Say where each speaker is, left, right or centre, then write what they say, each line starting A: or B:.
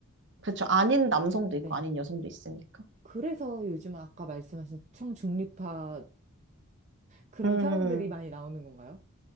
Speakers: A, on the right; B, on the right.
A: 그쵸, 아닌 남성도
B: 네.
A: 있고, 아닌 여성도 있으니까.
B: 그래서 요즘 아까 말씀하신 청중립파 그런
A: 음, 음,
B: 사람들이 많이
A: 음.
B: 나오는 건가요?